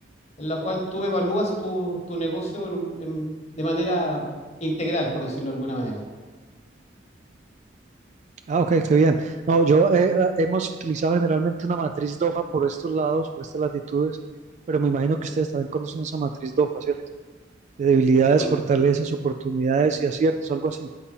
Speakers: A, on the left (about 35°); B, on the right (about 40°).
A: en la cual tú evalúas tu, tu negocio en un- en- de manera integral, por decirlo de alguna manera.
B: Ah, ok, qué bien. No, yo eh, eh, hemos utilizado generalmente una matriz DOFA por estos lados, por estas latitudes, pero me imagino que ustedes también conocen esa matriz DOFA, ¿cierto? De debilidades,
A: Discul-
B: fortalezas, oportunidades y aciertos, algo así.